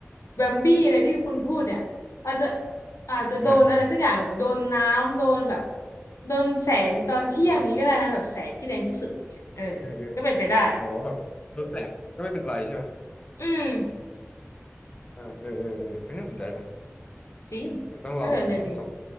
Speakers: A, on the left; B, on the left.
A: แวมบี้อะไรที่คุณพูดเนี่ยอาจจะอาจจะโดนอะไรสักอย่างแบบโดนน้ำโดนแบบ
B: เออเออ
A: โดนแสงตอนเที่ยงอย่างนี้ก็ได้นะแบบแสงที่แรงที่สุดเนี่ยเออ
B: อ่าเออเออ
A: ก็เป็นไปได้
B: อ๋อแบบลดแสงก็ไม่เป็นอะไรใช่ไหม
A: อืม
B: อ่าเออเออเออเอ้ยน่าสนใจนะ
A: จริง
B: เดี๋ยวต้องลองเป็นลูกผสม
A: น่าสนใจจริง